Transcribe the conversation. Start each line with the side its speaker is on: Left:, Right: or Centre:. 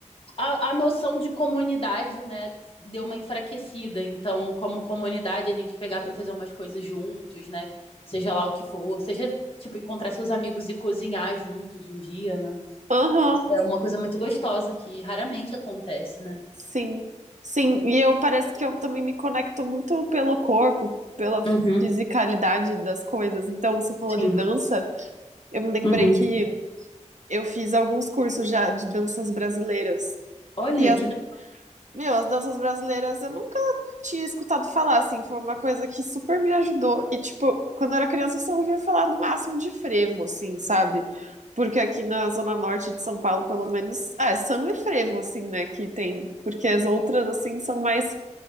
Left: a, a noção de comunidade, né, deu uma enfraquecida. Então, como comunidade, a gente pegar para fazer umas coisas juntos, né, seja lá o que for, seja, tipo, encontrar seus amigos e cozinhar juntos um dia, né,
Right: Aham.
Left: é uma coisa muito gostosa que raramente acontece, né?
Right: Sim, sim, e eu parece que eu também me conecto muito pelo corpo, pela
Left: Uhum.
Right: fisicalidade das coisas. Então, você falou
Left: Sim.
Right: de dança, eu me lembrei
Left: Uhum.
Right: que eu fiz alguns cursos já de danças brasileiras.
Left: Olha,
Right: E as,
Left: que legal.
Right: meu, as danças brasileiras eu nunca tinha escutado falar, assim, foi uma coisa que super me ajudou. E, tipo, quando eu era criança eu só ouvia falar no máximo de frevo, assim, sabe? Porque aqui na zona norte de São Paulo, pelo menos, ah, é samba e frevo, assim, né, que tem. Porque as outras, assim, são mais